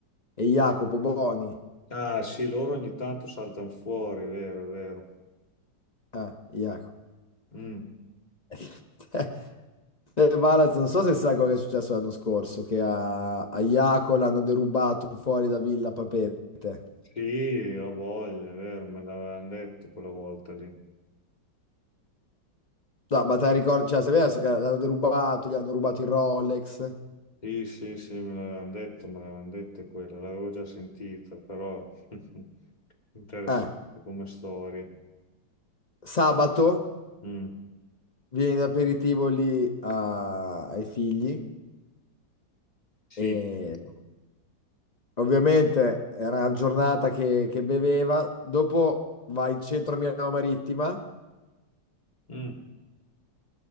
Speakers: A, on the left; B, on the left.
A: e Jacopo Boni.
B: Ah, sì, loro ogni tanto saltano fuori, è vero, è vero.
A: Ah, Jacopo.
B: Mm.
A: <laughs> Eh, Valaz, non so se sai quello che è successo l'anno scorso, che a, a Jaco l'hanno derubato fuori da Villa Papete.
B: Sì, ho voglia, è vero, me l'avevano detto quella volta lì.
A: No, ma te la ricordi, cioè, sapevi che l'hanno derubato, gli hanno rubato il Rolex.
B: Sì, sì, sì, me l'avevano detto, me l'avevano detto quella, l'avevo già sentita, però <laughs> interessante
A: Eh,
B: come storia.
A: sabato
B: Mm.
A: viene in aperitivo lì a- ai figli
B: Sì.
A: e ovviamente era una giornata che, che beveva, dopo va in centro a Milano Marittima
B: Mm.